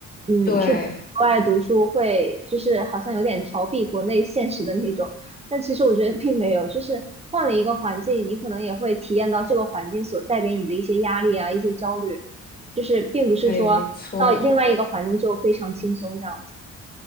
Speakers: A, on the right; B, on the left.
A: 嗯，
B: 对
A: 去国外读书会就是好像有点逃避国内现实的那种，但其实我觉得并没有，就是换了一个环境，你可能也会体验到这个环境所带给你的一些压力啊，一些焦虑，就是并不是说到另外一个环境就非常轻松这样子。
B: 对，没错。